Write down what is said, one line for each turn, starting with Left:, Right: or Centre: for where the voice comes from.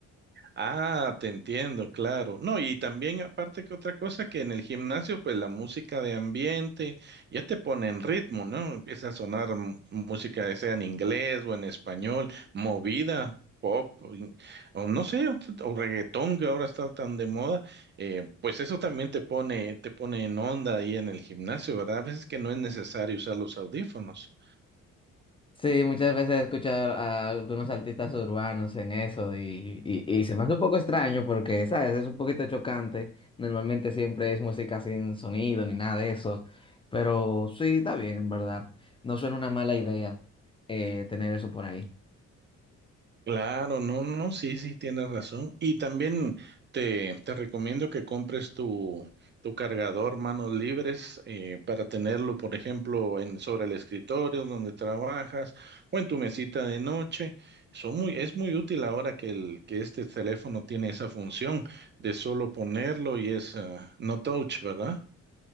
Right: Ah, te entiendo, claro. No, y también aparte que otra cosa que en el gimnasio, pues la música de ambiente ya te pone en ritmo, ¿no? Empieza a sonar m- música, ya sea en inglés o en español, movida, pop, o, in- o no sé, o, o reggaetón que ahora está tan de moda, eh, pues eso también te pone, te pone en onda ahí en el gimnasio, ¿verdad? A veces que no es necesario usar los audífonos.
Left: Sí, muchas veces he escuchado a algunos artistas urbanos en eso y, y, y se me hace un poco extraño porque, ¿sabes? Es un poquito chocante. Normalmente siempre es música sin sonido ni nada de eso. Pero sí, está bien, en ¿verdad? No suena una mala idea eh, tener eso por ahí.
Right: Claro, no, no, no, sí, sí, tienes razón. Y también te, te recomiendo que compres tu, tu cargador manos libres eh, para tenerlo, por ejemplo, en, sobre el escritorio donde trabajas o en tu mesita de noche. Son muy, es muy útil ahora que, el, que este teléfono tiene esa función de solo ponerlo y es ah, no touch, ¿verdad?